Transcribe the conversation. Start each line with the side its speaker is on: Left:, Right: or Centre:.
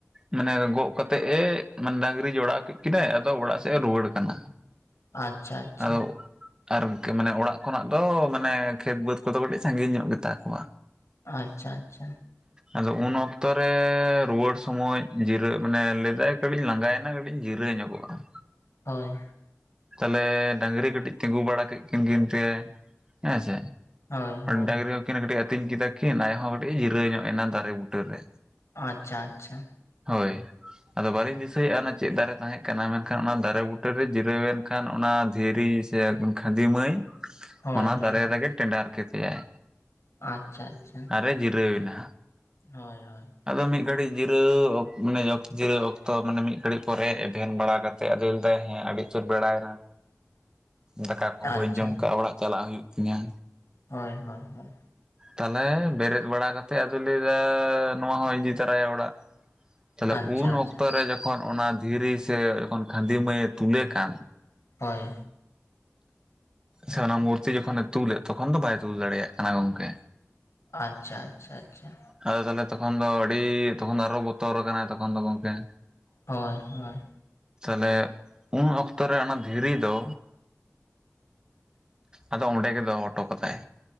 Right: ᱢᱟᱱᱮ ᱜᱚᱜ ᱠᱟᱛᱮᱜ ᱮ ᱢᱟᱱᱮ ᱰᱟᱝᱨᱤ ᱡᱚᱲᱟᱣ ᱠᱮᱫ ᱠᱤᱱᱟ ᱟᱫᱚ ᱚᱲᱟᱜ ᱥᱮᱫ ᱮ ᱨᱩᱣᱟᱹᱲ ᱠᱟᱱᱟ᱾
Left: ᱟᱪᱪᱷᱟ ᱟᱪᱪᱷᱟ
Right: ᱟᱫᱚ ᱟᱨᱠᱤ ᱢᱟᱱᱮ ᱚᱲᱟᱜ ᱠᱷᱚᱱᱟᱜ ᱫᱚ ᱢᱟᱱᱮ ᱠᱷᱮᱛ ᱵᱟᱹᱫᱽ ᱠᱚᱫᱚ ᱠᱟᱹᱴᱤᱡ ᱥᱟᱺᱜᱤᱧ ᱧᱚᱜ ᱜᱮᱛᱟ ᱠᱚᱣᱟ᱾
Left: ᱟᱪᱪᱷᱟ ᱟᱪᱪᱷᱟ᱾
Right: ᱟᱫᱚ ᱩᱱ ᱚᱠᱛᱚ ᱨᱮ ᱨᱩᱣᱟᱹᱲ ᱥᱚᱢᱚᱭ ᱡᱤᱨᱟᱹᱜ ᱢᱟᱱᱮ ᱞᱟᱹᱭᱫᱟᱭ ᱠᱟᱹᱴᱤᱧ ᱞᱟᱸᱜᱟᱭᱮᱱᱟ ᱠᱟᱹᱴᱤᱧ ᱡᱤᱨᱟᱹᱣ ᱧᱚᱜᱚᱜᱼᱟ᱾ <inaudible>
Left: ᱦᱳᱭ
Right: ᱛᱟᱞᱦᱮ ᱰᱟᱝᱨᱤ ᱠᱟᱹᱴᱤᱡ ᱛᱤᱸᱜᱩ ᱵᱟᱲᱟ ᱠᱮᱫ ᱠᱤᱱ ᱠᱤᱱ ᱛᱮ ᱦᱮᱸᱥᱮ,
Left: ᱦᱳᱭ ᱦᱳᱭ
Right: ᱰᱟᱝᱨᱤ ᱦᱚᱸᱠᱤᱱ ᱠᱟᱹᱴᱤᱡ ᱟᱹᱛᱤᱧ ᱠᱮᱫᱟ ᱠᱤᱱ ᱟᱡᱦᱚᱸ ᱠᱟᱹᱴᱤᱡ ᱡᱤᱨᱟᱹᱣ ᱧᱚᱜ ᱮᱱᱟ ᱫᱟᱨᱮ ᱵᱩᱴᱟᱹᱨ ᱨᱮ,
Left: ᱟᱪᱪᱷᱟ ᱟᱪᱪᱷᱟ
Right: ᱦᱳᱭ ᱟᱫᱚ ᱵᱟᱞᱤᱧ ᱫᱤᱥᱟᱹᱭᱮᱜᱼᱟ ᱚᱱᱟ ᱪᱮᱫ ᱫᱟᱨᱮ ᱛᱟᱦᱮᱸ ᱠᱟᱱᱟ, ᱢᱮᱱᱠᱷᱟᱱ ᱚᱱᱟ ᱫᱟᱨᱮ ᱵᱩᱴᱟᱹ ᱨᱮ ᱡᱤᱨᱟᱹᱣᱮᱱ ᱠᱷᱟᱱ ᱚᱱᱟ ᱫᱷᱤᱨᱤ ᱥᱮ ᱠᱷᱟᱫᱤ ᱢᱟᱹᱭ
Left: ᱦᱳᱭ
Right: ᱚᱱᱟ
Left: ᱦᱳᱭ
Right: ᱫᱟᱨᱮ ᱨᱮᱜᱮ ᱴᱮᱸᱰᱟᱨ ᱠᱮᱫᱮᱭᱟᱭ᱾
Left: ᱟᱪᱪᱷᱟ ᱟᱪᱪᱷᱟ
Right: ᱟᱨᱮ ᱡᱤᱨᱟᱹᱣᱮᱱᱟ᱾
Left: ᱦᱳᱭ ᱦᱳᱭ᱾
Right: ᱟᱫᱚ ᱢᱤᱫ ᱜᱷᱟᱹᱲᱤᱡ ᱡᱤᱨᱟᱹᱣ ᱢᱟᱱᱮ ᱡᱤᱨᱟᱹᱣ ᱚᱠᱛᱚ ᱢᱟᱱᱮ ᱢᱤᱫ ᱜᱷᱟᱹᱲᱤᱡ ᱯᱚᱨᱮ ᱮᱵᱷᱮᱱ ᱵᱟᱲᱟ ᱠᱟ ᱛᱮᱫ ᱟᱫᱚᱭ ᱫᱟᱭ ᱦᱮᱸ ᱟᱹᱰᱤᱪᱩᱨ ᱵᱮᱲᱟᱭᱱᱟ᱾ ᱫᱟᱠᱟ ᱠᱚ
Left: ᱟᱪᱪᱷᱟ
Right: ᱵᱟᱹᱧ ᱡᱚᱢ ᱠᱟᱜᱼᱟ ᱚᱲᱟᱜ ᱪᱟᱞᱟᱜ ᱦᱩᱭᱩᱜ ᱛᱤᱧᱟᱹ,
Left: ᱦᱳᱭ ᱦᱳᱭ ᱦᱳᱭ᱾
Right: ᱛᱟᱞᱦᱮ ᱵᱮᱨᱮᱫ ᱵᱟᱲᱟ ᱠᱟᱛᱮᱫ ᱟᱫᱚᱭ ᱞᱟᱹᱭ ᱮᱫᱟ ᱱᱚᱣᱟ ᱦᱚᱸᱭ ᱤᱫᱤ ᱛᱚᱨᱟᱭᱟ ᱚᱲᱟᱜ᱾ ᱛᱟᱦᱞᱮ
Left: ᱟᱪᱪᱷᱟ
Right: ᱩᱱ
Left: ᱟᱪᱪᱷᱟ
Right: ᱚᱠᱛᱚᱨᱮ ᱡᱚᱠᱷᱚᱱ ᱚᱱᱟ ᱫᱷᱤᱨᱤ ᱥᱮ ᱡᱚᱠᱷᱚᱱ ᱠᱷᱟᱹᱱᱫᱤ ᱢᱟᱹᱭᱮ ᱛᱩᱞᱮ ᱠᱟᱱ
Left: ᱦᱚᱭ᱾
Right: ᱥᱮ ᱚᱱᱟ ᱢᱩᱨᱛᱤ ᱡᱚᱠᱷᱚᱱᱮ ᱛᱩᱞᱮᱫ ᱛᱚᱠᱷᱚᱱ ᱫᱚ ᱵᱟᱭ ᱛᱩᱞ ᱫᱟᱲᱮᱭᱟᱜ ᱠᱟᱱᱟ ᱜᱚᱝᱠᱮ᱾
Left: ᱟᱪᱪᱷᱟ ᱟᱪᱪᱷᱟ ᱟᱪᱪᱷᱟ᱾
Right: ᱟᱫᱚ ᱛᱟᱦᱚᱞᱮ ᱛᱚᱠᱷᱚᱱ ᱫᱚ ᱟᱹᱰᱤ ᱛᱚᱠᱷᱚᱱ ᱫᱚ ᱟᱨᱚ ᱵᱚᱛᱚᱨ ᱟᱠᱟᱱᱟ ᱛᱚᱠᱷᱚᱱ ᱫᱚ ᱜᱚᱝᱠᱮ᱾
Left: ᱦᱳᱭ ᱦᱳᱭ᱾
Right: ᱛᱟᱦᱚᱞᱮ ᱩᱱ ᱚᱠᱛᱚ ᱨᱮ ᱚᱱᱟ ᱫᱷᱤᱨᱤ ᱫᱚ ᱟᱫᱚ ᱚᱸᱰᱮ ᱜᱮ ᱫᱚᱜ ᱦᱚᱴᱚ ᱠᱟᱫᱟᱭ᱾